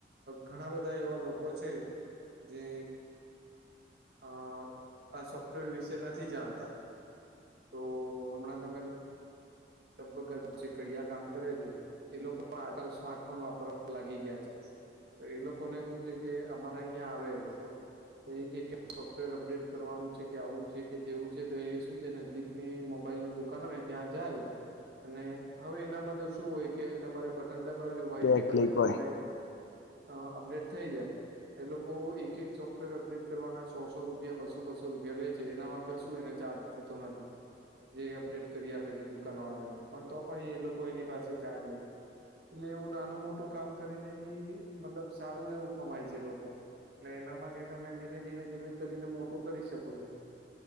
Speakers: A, on the right; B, on the left.
A: ઘણા બધા એવા લોકો છે. જે અ આ સોફ્ટવેર વિશે નથી જાણતા. તો હમણાં તમે. લગભગ સીકડીિયા કામ કરે છે એ લોકો પણ આજકાલ સ્માર્ટફોન વાપરવા લાગી ગયા છે. તો એ લોકોને શું છે કે અમારા અહિયાં આવે એ લોકો. તો એ ક ક સોફ્ટવેર અપડેટ કરવાનું છે કે આવું છે કે તેવું છે તો એ શું છે નક. ની મોબાઈલ ની દુકાનો ને ત્યાં જાય. અને હવે એનામાં તો શું હોય કે તમારે બટન દબાવ્યું વાઈફાઈ
B: બે ક્લિક
A: માંથી
B: હોય
A: તમારે. અ અપડેટ થઇ જાય. એ લોકો એક એક સોફ્ટવેર અપડેટ કરવાના સોસો રૂપિયા બસો બસો રૂપિયા લે છે એનામાં ક શું એને ચાર્જ. થતો નથી જે અપડેટ કરી આપે છે દુઃ. વાળો એને પણ તો પણ એ લોકો એની પાસે ચાર્જ લે. એટલે એવું નાનું મોટું કામ કરીને બી મતલબ સારું એવું કમાય છે લોકો. એટલે એનામાંથી તમે ધીમે ધીમે ધીમે કરીને મોટું કરી શકો છો.